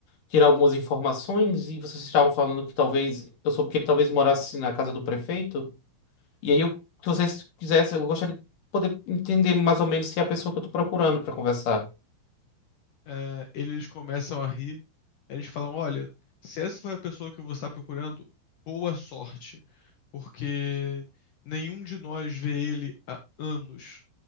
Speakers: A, on the left; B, on the left.
A: tirar algumas informações e vocês estavam falando que talvez eu soube que ele talvez morasse na casa do prefeito. E aí eu se vocês quisessem, eu gostaria de poder entender mais ou menos se é a pessoa que eu tô procurando para conversar.
B: É, eles começam a rir. Eles falam: Olha, se essa foi a pessoa que você está procurando, boa sorte, porque nenhum de nós vê ele há anos.